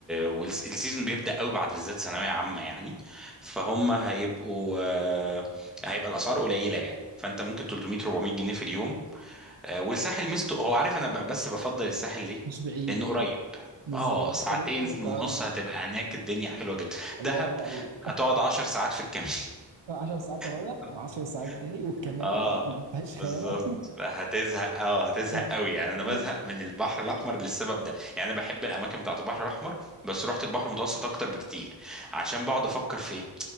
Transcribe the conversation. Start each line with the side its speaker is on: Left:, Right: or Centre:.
Centre: والسيزون بيبدا قوي بعد بالذات ثانويه عامه يعني فهم هيبقوا آه، هيبقى الاسعار قليله يعني فانت ممكن 300 400 جنيه في اليوم آه، والساحل مستو هو عارف انا ب- بس بفضل الساحل ليه
Right: مش بعيد
Centre: لانه قريب
Right: بالظبط
Centre: اه ساعتين
Right: لسه كنت
Centre: ونص
Right: هقول لك
Centre: هتبقى هناك الدنيا حلوه جدا
Right: الله
Centre: دهب
Right: ينور عليك
Centre: هتقعد 10 ساعات في الكمين
Right: <laughs> 10 ساعات رايح
Centre: <laughs>
Right: و10 ساعات جاي والكماين
Centre: اه
Right: مفيهاش خانه
Centre: بالظبط لا، هتزهق اه هتزهق
Right: <laughs> آه،
Centre: قوي يعني انا بزهق
Right: آه.
Centre: من البحر الاحمر للسبب ده يعني انا بحب الاماكن بتاعت البحر الاحمر بس رحت البحر المتوسط اكتر بكتير عشان بقعد افكر في إيه؟